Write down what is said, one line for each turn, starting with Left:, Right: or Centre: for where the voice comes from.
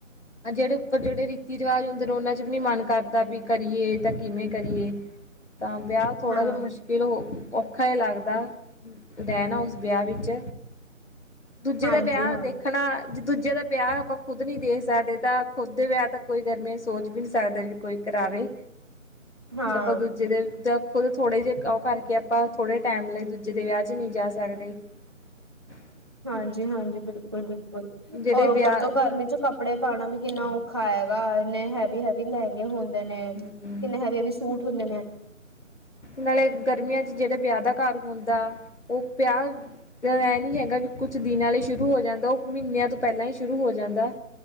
Left: ਜਿਹੜੇ ਉੱਪਰ ਜਿਹੜੇ ਰੀਤੀ ਰਿਵਾਜ ਹੁੰਦੇ ਨੇ ਉਹਨਾਂ 'ਚ ਵੀ ਨੀ ਮਨ ਕਰਦਾ, ਵੀ ਕਰੀਏ ਤਾਂ ਕਿਵੇਂ ਕਰੀਏ। ਤਾਂ ਵਿਆਹ, ਥੋੜਾ
Right: ਹਾਂ
Left: ਜ ਮੁਸ਼ਕਿਲ ਹੋ ਔਖਾ ਹੀ ਲੱਗਦਾ, ਰਹਿਣਾ ਉਸ ਵਿਆਹ ਵਿੱਚ। ਦੂਜੇ
Right: ਹਾਂਜੀ
Left: ਦਾ ਵਿਆਹ
Right: ਹਾਂ
Left: ਦੇਖਣਾ, ਦੂਜੇ ਦਾ ਵਿਆਹ ਆਪਾਂ ਖੁਦ ਨੀ ਦੇਖ ਸਕਦੇ ਤਾਂ ਖੁੱਦ ਦੇ ਵਿਆਹ ਤਾਂ ਕੋਈ ਗਰਮੀੇ ਸੋਚ ਵੀ ਨਹੀਂ ਸਕਦਾ ਵੀ ਕੋਈ ਕਰਾਵੇ।
Right: ਹਾਂ
Left: ਜੇ ਆਪਾਂ ਦੂਜ ਜਿਹਦੇ ਖੁਦ ਥੋੜੇ ਜਿਹੇ ਉਹ ਕਰਕੇ ਆਪਾਂ ਥੋੜੇ ਟਾਈਮ ਲਈ ਦੂਜੇ ਦੇ ਵਿਆਹ ਚ ਨਹੀਂ ਜਾ ਸਕਦੇ। <inaudible>
Right: ਹਾਂਜੀ-ਹਾਂਜੀ, ਬਿਲਕੁਲ-ਬਿਲਕੁਲ
Left: ਜਿਹੜੇ
Right: ਔਰ
Left: ਵਿਆਹ
Right: ਉਪਰ ਤੋਂ ਗਰਮੀ ਚ' ਕੱਪੜੇ ਪਾਉਣਾ ਵੀ ਕਿੰਨਾ ਔਖਾ ਹੈਗਾ। ਇੰਨੇ ਹੈਵੀ, ਹੈਵੀ ਲਹਿੰਗੇ ਹੁੰਦੇ ਨੇ।
Left: ਹਮ
Right: ਕਿੰਨੇ ਹੈਵੀ-ਹੈਵੀ ਸੂਟ ਹੁੰਦੇ ਨੇ।
Left: ਨਾਲੇ ਗਰਮੀਆਂ ਚ, 'ਜਿਹੜੇ ਵਿਆਹ ਦਾ ਘਰ ਹੁੰਦਾ। ਉਹ ਵਿਆਹ ਇਹ ਨਹੀਂ ਹੈਗਾ ਵੀ ਕੁਛ ਦਿਨਾਂ ਲਈ ਸ਼ੁਰੂ ਹੋ ਜਾਂਦਾ ਉਹ ਮਹੀਨਿਆਂ ਤੋਂ ਪਹਿਲਾਂ ਹੀ ਸ਼ੁਰੂ ਹੋ ਜਾਂਦਾ।